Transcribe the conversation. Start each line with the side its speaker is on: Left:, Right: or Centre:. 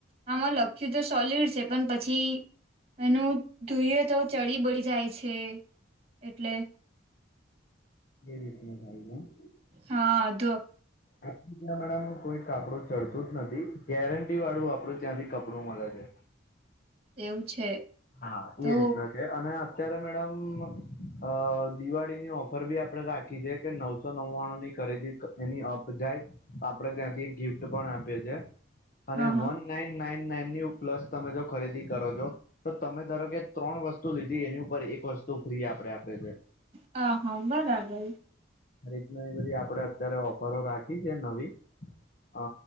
Right: આમાં લખ્યું તો સોલિડ છે, પણ પછી એનું તુંયે તો ચડી બળી જાય છે, એટલે
Left: <unintelligible>
Right: હા અધો
Left: આપ મેડમ કોઈ કાપડું ચડતું જ નથી ગેરંટીવાળું આપડું ત્યાંથી કપડું મળે છે.
Right: એવું છે.
Left: હા
Right: તો
Left: એ રીતના છે, અને અત્યારે મેડમ અ દિવાળીની ઓફર ભી આપડે રાખી જે કે નવસો નવાણું ની ખરીદી એની અપ જાય તો આપણે ત્યાંથી એક ગિફ્ટ પણ આપીએ છે અને
Right: હા હા
Left: વન નાઈન નાઈન નાઈનની પ્લસ તમે જો ખરીદી કરો છો તો તમે ધારો કે ત્રણ વસ્તુ લીધી એની ઉપર એક વસ્તુ ફ્રી આપણે આપે છે.
Right: હા હા બરાબર
Left: આ રીતના એ બધી આપડે અત્યારે ઓફરો રાખી છે નવી અ